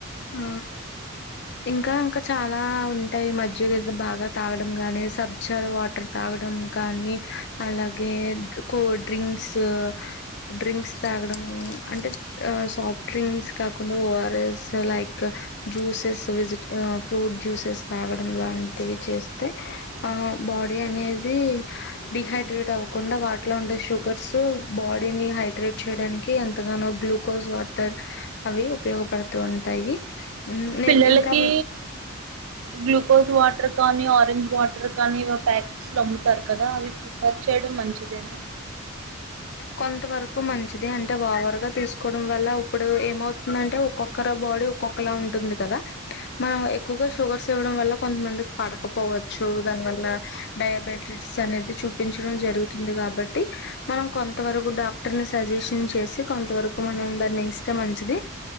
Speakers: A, on the left; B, on the right.
A: ఆ ఇంకా ఇంకా చాలా ఉంటాయి మజ్జిగ బాగా తాగడం గాని సబ్జా వాటర్ తాగ డం కానీ అలాగే కో డ్రింక్స్ డ్రింక్స్ తాగడం అంటే సాఫ్ట్ డ్రింక్స్ కాకుండా ఓఆర్ఎస్ లైక్ జ్యూసెస్ వెజిట ఫ్రూ ఫుడ్ జ్యూసెస్ తాగడం లాంటివి చేస్తే ఆ బాడీ అనేది డిహైడ్రేట్ అవ్వకుండా వాటిలో ఉండే షుగర్స్ బాడీని హైడ్రేట్ చేయడానికి ఎంతగానో గ్లూకోజ్ వాటర్ అవి ఉపయోగపడుతూ ఉంటాయి నే
B: పిల్లలకి
A: ఇంకా
B: గ్లూకోజ్ వాటర్ కానీ ఆర్ ఆరెంజ్ వాటర్ కానీ ప్యాకెట్స్ లో అమ్ముతారు కదా అవి ప్రిఫర్ చేయడం మంచిదేనా
A: కొంత వరకు మంచిదే అంటే ఓవర్గా తీసుకోవడం వల్ల ఇప్పుడు ఏమవుతుందంటే ఒక్కొక్కరు బాడీ ఒక్కొక్కలా ఉంటుంది కదా మనం ఎక్కువగా షుగర్స్ ఇవ్వడం వల్ల కొంతమందికి పడకపోవ చ్చు దాని వల్ల డయాబెటిస్ అనేది చూపించడం జరుగుతుంది గాబట్టి మనం కొంత వరకు డాక్టర్ ని సజెషన్ చేసి కొంతవరకు మనం దాన్ని ఇస్తే మంచిది